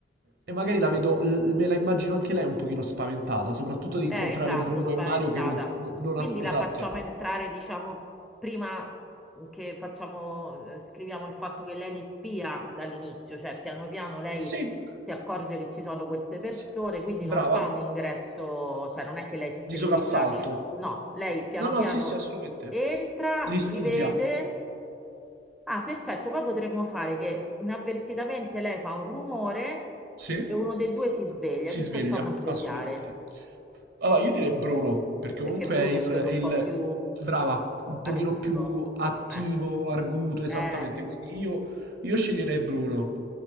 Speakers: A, on the right (about 65°); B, in the centre.
A: e magari la vedo, l- me la immagino anche lei un pochino spaventata, soprattutto di
B: Eh,
A: incontrare
B: esatto,
A: Bruno
B: spaventata.
A: e Mario che non, non
B: Quindi
A: as- Esatto.
B: la facciamo entrare, diciamo, prima che facciamo, eh, scriviamo il fatto che lei li spia dall'inizio, cioè piano piano lei
A: Sì,
B: si accorge che ci sono queste persone,
A: sì.
B: quindi
A: brava,
B: non fa un ingresso, cioè non è che lei strilla,
A: di soprassalto.
B: no, lei piano
A: No, no,
B: piano
A: sì, sì, assolutamente.
B: entra,
A: Li studia.
B: li vede. Ah, perfetto, poi potremmo fare che inavvertitamente lei fa un rumore
A: Sì.
B: e uno dei due si sveglia.
A: Si
B: Chi
A: sveglia,
B: facciamo svegliare?
A: assolutamente. Allora, io direi Bruno, perché
B: Perché
A: comunque
B: Bruno
A: è il,
B: è quello
A: è
B: un
A: il-
B: po' più
A: brava, un pochino
B: arguto.
A: più attivo,
B: Com'è?
A: arguto, esattamente.
B: Eh,
A: Quindi io, io sceglierei Bruno.